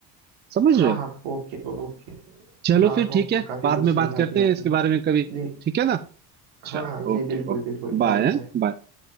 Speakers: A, on the right; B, on the right.
A: समझ
B: हाँ
A: रहे हो
B: हाँ हाँ Okay okay
A: चलो
B: हाँ
A: फिर ठीक
B: ओके
A: है
B: काफी
A: बाद
B: कुछ
A: में
B: समझा
A: बात करते
B: दिया आपने
A: हैं इसके बारे में कभी
B: जी
A: ठीक है ना अच्छा
B: हाँ हाँ जी
A: ओके
B: बिल्कुल
A: ओके
B: बिल्कुल
A: Bye
B: बाय बाय
A: bye